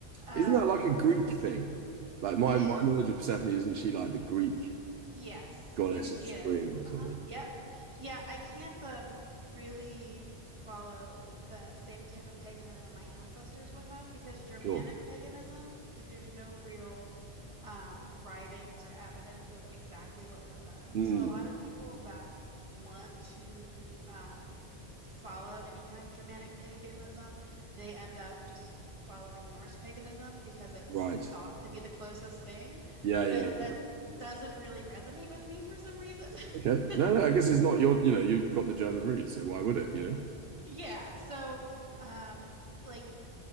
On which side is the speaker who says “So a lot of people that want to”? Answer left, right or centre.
Right